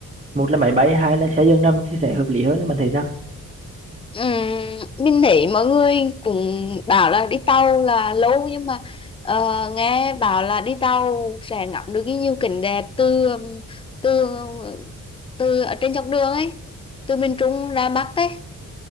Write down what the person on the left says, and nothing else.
Ừm, mình thấy mọi người cũng bảo là đi tàu là lâu nhưng mà ờ, nghe bảo là đi tàu sẽ ngắm được cái nhiều cảnh đẹp từ ừm, từ từ ở trên dọc đường ấy từ miền Trung ra Bắc ấy